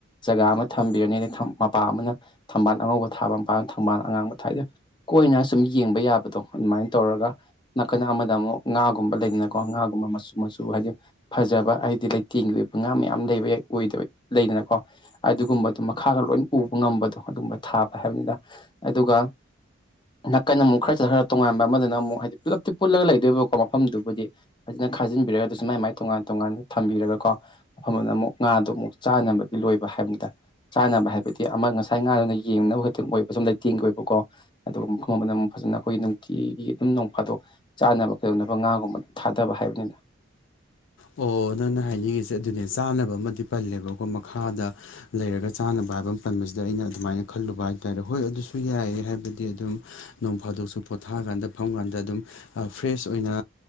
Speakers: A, on the left; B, on the left.
A: ꯖꯒꯥ ꯑꯃ ꯊꯝꯕꯤꯔꯅꯤ ꯑꯗꯩ ꯃꯄꯥ ꯑꯃꯅ ꯊꯝꯕꯥꯜ ꯑꯉꯧꯕ ꯊꯥꯕ ꯃꯄꯥꯅ ꯊꯝꯕꯥꯜ ꯑꯉꯥꯡꯕꯥꯏꯗ ꯀꯣꯏꯅ ꯁꯨꯝ ꯌꯦꯡꯕ ꯌꯥꯕꯗꯣ ꯑꯗꯨꯃꯥꯏꯅ ꯇꯧꯔꯒ ꯅꯥꯀꯟ ꯑꯃꯗ ꯑꯃꯨꯛ ꯉꯥꯒꯨꯝꯕ ꯂꯩꯅ ꯀꯉꯥꯒꯨꯝꯕ ꯃꯆꯨ ꯃꯆꯨ ꯍꯥꯏꯖ ꯐꯖꯕ ꯍꯥꯏꯗꯤ ꯂꯩꯇꯦꯡꯒꯤ ꯑꯣꯏꯕ ꯉꯥ ꯃꯌꯥꯝ ꯂꯩꯕ ꯌꯥꯏ ꯑꯣꯏꯗꯕ ꯂꯩꯗꯅꯀꯣ ꯑꯗꯨꯒꯨꯝꯕꯗꯣ ꯃꯈꯥꯗ ꯂꯣꯏꯅ ꯎꯕ ꯉꯝꯕꯗꯣ ꯑꯗꯨꯒꯨꯝꯕ ꯊꯥꯕ ꯍꯥꯏꯕꯅꯤꯅ ꯑꯗꯨꯒ ꯅꯥꯀꯟꯗ ꯑꯃꯨꯛ ꯈꯔ ꯆꯠꯊ ꯈꯔ ꯇꯣꯉꯥꯟꯕ ꯑꯃꯗꯨꯅ ꯑꯃꯨꯛ ꯍꯥꯏꯗꯤ ꯄꯨꯂꯞꯇꯤ ꯄꯨꯜꯂꯒ ꯂꯩꯗꯣꯏꯕꯀꯣ ꯃꯐꯝꯗꯨꯕꯨꯗꯤ ꯐꯖꯅ ꯈꯥꯖꯤꯟꯕꯤꯔꯒ ꯑꯗꯨꯁꯨ ꯃꯥꯏ ꯃꯥꯏ ꯇꯣꯉꯥꯟ ꯇꯣꯉꯥꯟꯅ ꯊꯝꯕꯤꯔꯒ ꯀꯣ ꯃꯐꯝ ꯑꯗꯨꯗ ꯑꯃꯨꯛ ꯉꯥꯗꯣ ꯑꯃꯨꯛ ꯆꯥꯅꯕꯒꯤ ꯂꯣꯏꯕ ꯍꯥꯏꯕꯅꯤꯗ ꯆꯥꯅꯕ ꯍꯥꯏꯕꯗꯤ ꯑꯃ ꯉꯁꯥꯏ ꯉꯥꯗꯨꯅ ꯌꯦꯡꯅꯕ ꯈꯛꯇꯪ ꯑꯣꯏꯕ ꯁꯨꯝ ꯂꯩꯇꯦꯡꯒꯤ ꯑꯣꯏꯕꯀꯣ ꯑꯗꯨꯒ ꯃꯐꯝ ꯑꯃꯗ ꯑꯃꯨꯛ ꯐꯖꯅ ꯑꯩꯈꯣꯏꯒꯤ ꯅꯨꯡꯇꯤꯒꯤ ꯑꯗꯨꯝ ꯅꯣꯡ ꯐꯥꯗꯣꯛ ꯆꯥꯅꯕ ꯀꯩꯗꯧꯅꯕ ꯉꯥꯒꯨꯝꯕꯗ ꯊꯥꯗꯕ ꯍꯥꯏꯕꯅꯤꯅ
B: ꯑꯣ ꯅꯪꯅ ꯍꯥꯏꯅꯤꯡꯉꯤꯁꯦ ꯑꯗꯨꯅꯦ ꯆꯥꯅꯕ ꯑꯃꯗꯤ ꯄꯜꯂꯦꯕꯀꯣ ꯃꯈꯥꯗ ꯂꯩꯔꯒ ꯆꯥꯅꯕ ꯍꯥꯏꯕ ꯑꯃ ꯄꯟꯕꯁꯤꯗ ꯑꯩꯅ ꯑꯗꯨꯃꯥꯏꯅ ꯈꯜꯂꯨꯕ ꯍꯥꯏꯇꯥꯔꯦ ꯍꯣꯏ ꯑꯗꯨꯁꯨ ꯌꯥꯏ ꯍꯥꯏꯕꯗꯤ ꯑꯗꯨꯝ ꯅꯣꯡ ꯐꯥꯗꯣꯛꯁꯨ ꯄꯣꯊꯥꯔꯀꯥꯟꯗ ꯐꯝ ꯀꯥꯟꯗ ꯑꯗꯨꯝ ꯐ꯭ꯔꯦꯁ ꯑꯣꯏꯅ